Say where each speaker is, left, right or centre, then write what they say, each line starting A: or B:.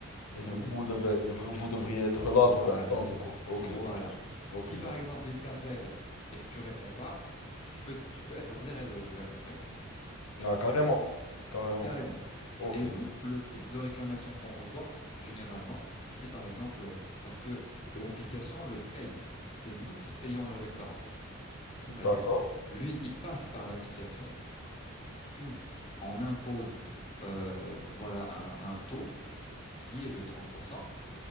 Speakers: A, on the left; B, on the left.
A: Et
B: T'as
A: du
B: vu?
A: coup, vous devez, vous, vous devriez être là
B: Voilà.
A: à tout instant, du coup. Ok,
B: Voilà.
A: ok. Ok,
B: Si,
A: je
B: par
A: vois.
B: exemple, il t'appelle et que tu réponds pas, Tu peux, tu peux être viré de, de la compagnie,
A: Ah, carrément. Carrément.
B: carrément.
A: Ok.
B: Et nous, le type de réclamation qu'on reçoit, généralement, si par exemple, parce que l'application le paye, c'est nous qui payons le restaurant. T'as
A: D'accord.
B: vu? Lui, il passe par l'application. Nous, on impose, euh, voilà, un, un taux qui est de 30%